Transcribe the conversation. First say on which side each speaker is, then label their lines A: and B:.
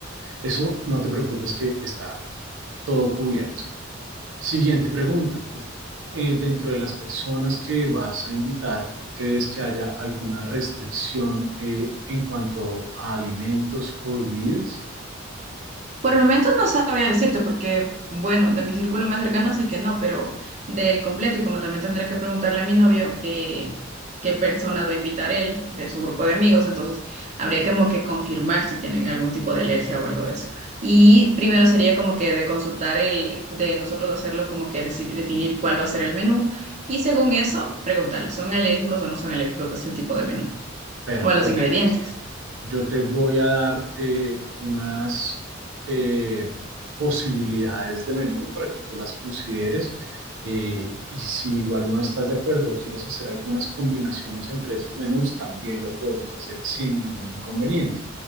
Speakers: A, on the right (about 75°); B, on the right (about 35°).
A: Eso no te preocupes que está todo cubierto. Siguiente pregunta. ¿Tú eh, dentro de las personas que vas a invitar, crees que haya alguna restricción eh, en cuanto a alimentos o bebidas?
B: Por el momento no sabría decirte porque, bueno, de mi círculo más cercano sé que no, pero del completo y como también tendría que preguntarle a mi novio que, qué personas va a invitar él de su grupo de amigos, entonces habría como que confirmar si tienen algún tipo de alergia o algo de eso. Y primero sería como que de consultar el, de nosotros hacerlo como que decidir, definir cuál va a ser el menú y según eso preguntarle, ¿son alérgicos o no son alérgicos a ese tipo de menú
A: Perfecto.
B: o a los ingredientes?
A: yo te voy a dar eh, unas eh, posibilidades de menú para que tú las consideres. eh, y si igual no estás de acuerdo o quieres hacer algunas combinaciones entre esos menús, también lo podemos hacer sin ningún inconveniente.